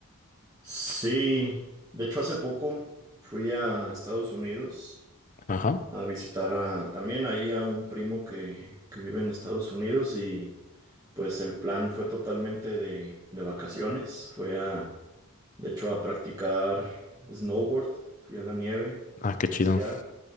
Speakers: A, on the right; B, on the left.
A: Sí, de hecho hace poco fui a Estados Unidos
B: Ajá.
A: a visitar a, también ahí a un primo que, que vive en Estados Unidos y pues el plan fue totalmente de, de vacaciones. Fue a, De hecho, a practicar snowboard, fui a la nieve,
B: Ah, qué chido.
A: a esquiar.